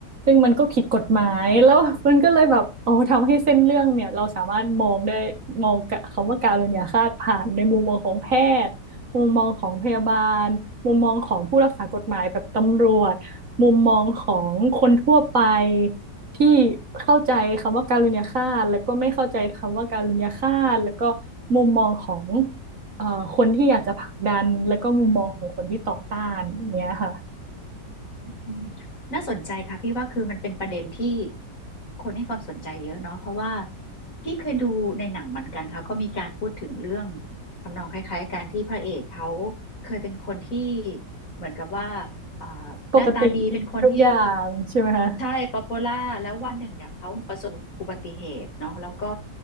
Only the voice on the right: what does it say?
ซึ่งมันก็ผิดกฎหมายแล้ว <laughs> มันก็เลยแบบโอ้ทำให้เส้นเรื่องเนี่ยเราสามารถมองได้มองกะคำว่าการุณยฆาตผ่านในมุมมองของแพทย์ มุมมองของพยาบาล มุมมองของผู้รักษากฎหมายแบบตำรวจ มุมมองของคนทั่วไปที่เข้าใจคำว่าการุณยฆาตแล้วก็ไม่เข้าใจคำว่าการุณยฆาตแล้วก็มุมมองของเอ่อคนที่อยากจะผลักดันแล้วก็มุมมองของคนที่ต่อต้านอย่างเนี้ยค่ะ
ปกติดีทุกอย่างใช่ไหมคะ